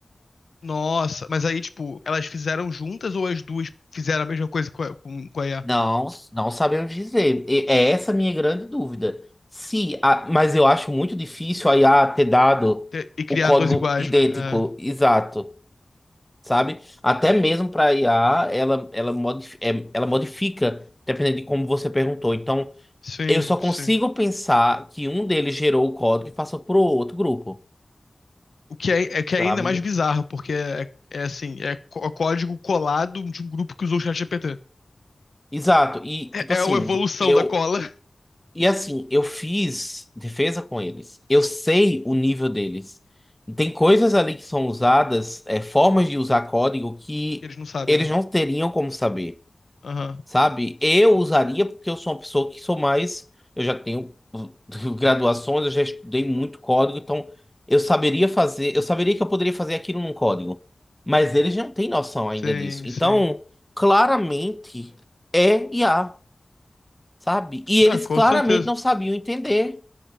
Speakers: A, on the left (about 85°); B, in the centre.
A: Nossa, mas aí, tipo, elas fizeram juntas ou as duas fizeram a mesma coisa com a, com, com a IA?
B: Não, não sabemos dizer. E é essa a minha grande dúvida. Se, a- mas eu acho muito difícil a IA ter dado
A: E, e criar
B: o código
A: dois iguais,
B: idêntico,
A: né? É,
B: exato. sabe? Até mesmo para IA, ela, ela, modif é- ela modifica, dependendo de como você perguntou. Então,
A: sim,
B: eu só consigo
A: sim.
B: pensar que um deles gerou o código e passou para outro grupo,
A: O que é, é que
B: sabe?
A: é ainda mais bizarro, porque é, é é assim, é có- código colado de um grupo que usou o ChatGPT.
B: Exato. E,
A: É,
B: tipo assim,
A: é uma evolução
B: eu.
A: da cola.
B: E assim, eu fiz defesa com eles. Eu sei o nível deles. Tem coisas ali que são usadas, é, formas de usar código que
A: Eles não sabem,
B: eles
A: né?
B: não teriam como saber.
A: Aham.
B: Sabe? Eu usaria porque eu sou uma pessoa que sou mais. Eu já tenho <laughs> graduações, eu já estudei muito código, então eu saberia fazer, eu saberia que eu poderia fazer aquilo num código. Mas eles não têm noção ainda
A: Sim,
B: disso. Então,
A: sim.
B: claramente é IA, sabe? E eles
A: Ah, com
B: claramente
A: certeza.
B: não sabiam entender